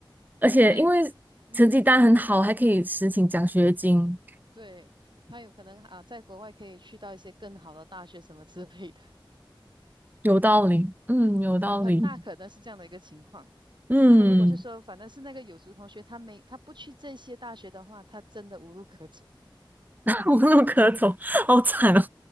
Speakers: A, on the right; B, on the right.
A: 而且因为
B: 所以，嗯哼。
A: 成绩单很好，还可以申请奖学金，
B: 对，他有可能啊，在国外可以去到一些更好的大学什么之类的，<laughs>
A: 有道理。嗯，有道理。
B: 很大可能是这样的一个情况。
A: 嗯，
B: 然后如果是说，反正是那个有族同学，他没他不去这些大学的话，他真的无路可走。
A: <laughs> 无路可走，好惨哦。